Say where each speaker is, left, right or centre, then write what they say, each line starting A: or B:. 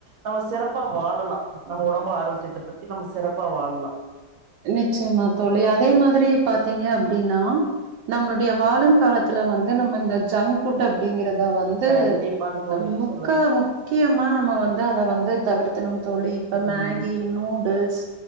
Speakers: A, on the right (about 60°); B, on the right (about 80°).
A: நம்ம சிறப்பா வாழலா நம்ம உடம்பு ஆரோக்கியத்த பத்தி நம்ம சிறப்பா வாழ்லா
B: நிச்சயமா தோழி அதே மாதிரி பாத்தீங்க அப்டின்னா நம்மளுடைய வாழும் காலத்துல வந்து நம்ம இந்த ஜங்க் ஃபுட் அப்டிங்கறத வந்து
A: கண்டிப்பாக தோழி
B: தம்முக்கா
A: சொல்லுங்க
B: மு முக்கியமா நம்ம வந்து அத வந்து தவிர்த்தணும் தோழி இப்ப மேகி
A: ம்
B: நூடுல்ஸ்